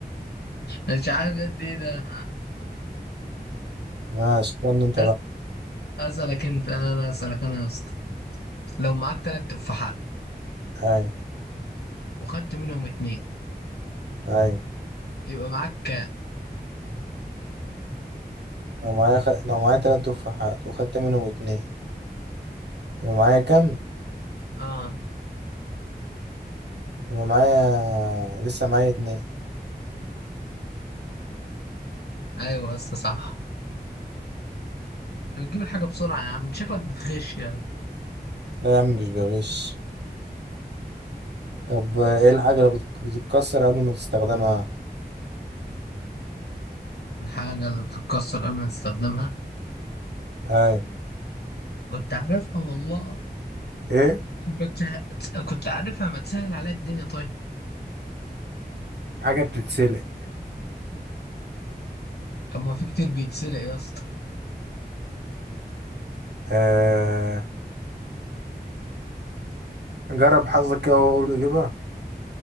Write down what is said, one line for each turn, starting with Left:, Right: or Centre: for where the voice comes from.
Left: مش عارف قد إيه ده
Right: ماشي استنى انت بقى
Left: أس- أسألك أنت أنا أسألك أنا يا اسطى لو معاك تلات تفاحات
Right: هاي
Left: وخدت منهم اتنين
Right: هاي
Left: يبقى معاك كام؟
Right: لو معايا خ... لو معايا تلات تفاحات وخدت منهم اتنين يبقى معايا كام؟
Left: آه
Right: يبقى معايا لسه معايا اتنين
Left: أيوة يا اسطى صح أنت بتجيب الحاجة بسرعة يا عم شكلك بتغش يعني
Right: لا يا عم مش بغش طب آه، ايه الحاجة اللي بت- بتتكسر قبل ما تستخدمها
Left: الحاجة اللي بتتكسر قبل ما تستخدمها
Right: اي
Left: كنت عارفها والله
Right: ايه
Left: بتسه... كنت عارفها ما تسهل عليا الدنيا طيب
Right: حاجة بتتسلق
Left: طب ما في كتير بيتسلق يا اسطى
Right: آه... جرب حظك كده وقول اجيبها